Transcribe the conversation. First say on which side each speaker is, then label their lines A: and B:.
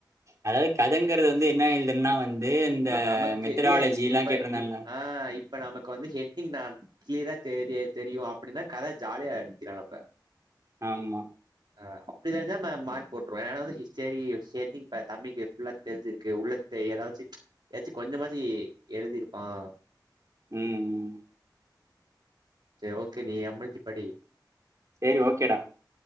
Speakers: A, on the right; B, on the right.
A: அதாவது கதங்கறது வந்து என்ன எழுதுன்னா வந்து இந்த
B: நமக்கு
A: மெத்தடாலஜி
B: ஏ
A: எல்லா
B: இப்ப
A: கேட்டிருந்தேன்ல
B: இப் ஆ இப் இப்ப நமக்கு வந்து ஹெட்டிங் நான் கிளியரா தெரிய தெரியும் அப்டின்னா கத ஜாலியா அடிக்கிளா நம்ப
A: ஆமா
B: ஆ அப்ப <unintelligible> மார்க் போட்டுருவே ஏனா வந்து செரி செரி தம்பிக்கு ஃபுல்லா தெரிஞ்சிருக்கு உள்ள த்த ஏதாச்சு ஏதாச்சும் கொஞ்சமாச்சி எழுதிருப்பான்
A: ம்
B: செர் ஓக் நீ எம் எள் படி
A: சேரி ஓகேடா